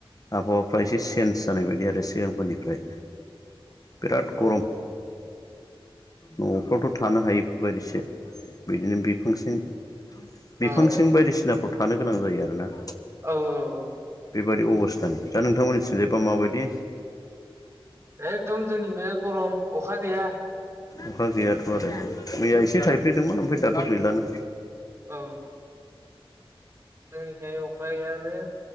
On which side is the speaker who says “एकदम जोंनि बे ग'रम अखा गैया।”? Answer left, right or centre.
Right